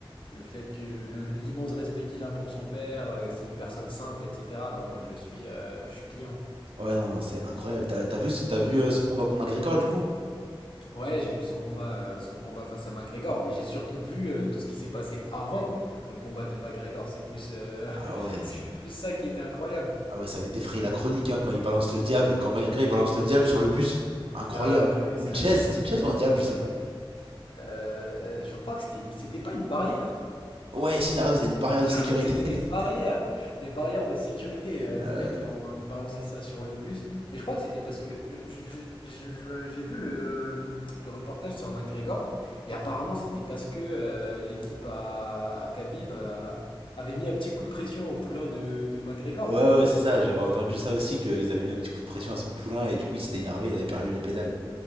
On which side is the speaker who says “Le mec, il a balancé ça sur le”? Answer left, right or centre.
Left